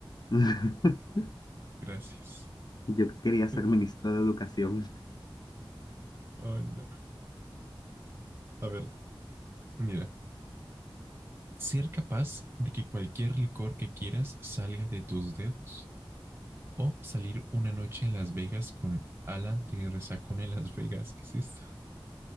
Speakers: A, on the left; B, on the right.
A: <laughs>
B: Gracias.
A: Yo que quería
B: <laughs>
A: ser ministro de educación.
B: Oh, no. A ver, mira. Ser capaz de que cualquier licor que quieras salga de tus dedos. O salir una noche en Las Vegas con Alan de Resacón en Las Vegas. ¿Qué es esto?